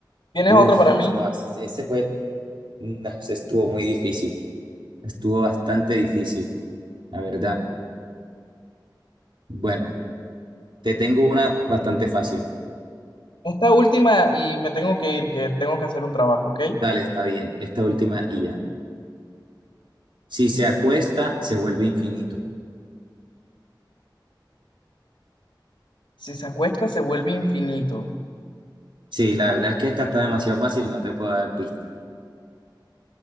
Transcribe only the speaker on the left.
¿Tienes
otro para mí?
Esta última y me tengo que ir, que tengo que hacer un trabajo, ¿ok?
Si se acuesta, se vuelve infinito.